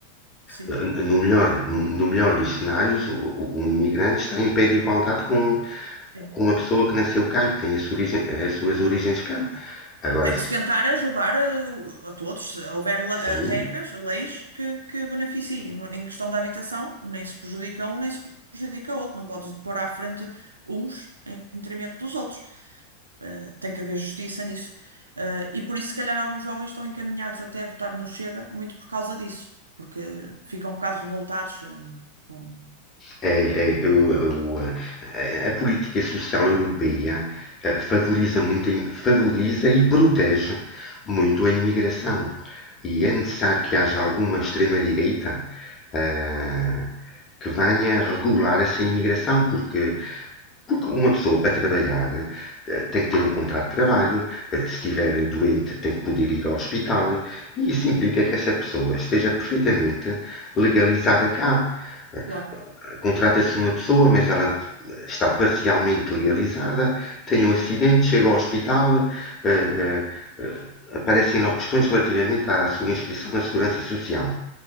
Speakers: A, on the right; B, on the left.
A: Sim,
B: Ah, No melhor,
A: é,
B: no, melhor dos cenários, um imigrante está em pé de igualdade com,
A: sim.
B: com uma pessoa que nasceu cá e que tem a origem- as suas origens cá.
A: exato.
B: Agora,
A: Tem que se tentar ajudar a, a todos. Se houver le-
B: sim,
A: eh, regras, leis que, que beneficiem. No- Em questão da habitação, nem se prejudica um, nem se prejudica outro. Não podes pôr à frente uns em detrimento dos outros. Eh, tem que haver justiça nisso. Eh, e por isso, se calhar, alguns jovens estão encaminhados até a votar no Chega, muito por causa disso. Porque ficam um bocado revoltados, eh, com.
B: É, é, o- a a política social europeia eh, favoriza muito, a favoriza e protege muito a imigração. E
A: Sim,
B: é necessário que haja alguma extrema-direita ah, que venha regular essa imigração, porque porque uma pessoa para trabalhar eh, tem que ter um contrato de trabalho, eh, se estiver doente tem que poder ir ao hospital, e isso implica
A: sim,
B: que essa pessoa esteja perfeitamente legalizada cá. Eh,
A: claro,
B: Contrata-se uma pessoa, mas ela eh, está parcialmente legalizada, tem um acidente, chega ao hospital, eh, eh, eh, aparecem lá questões relativamente à sua inscrição na Segurança Social.